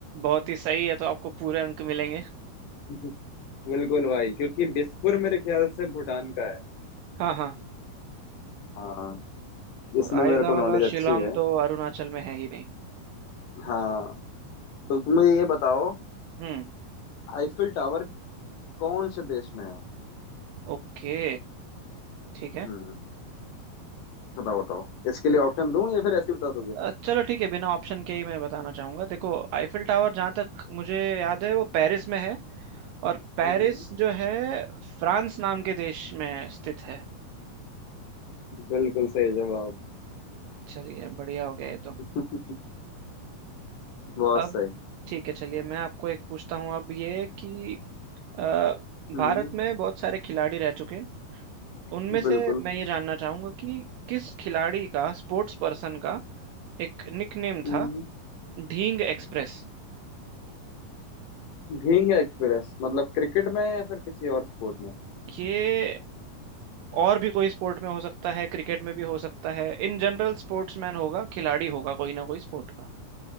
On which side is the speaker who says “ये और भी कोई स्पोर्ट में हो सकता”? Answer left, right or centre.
Right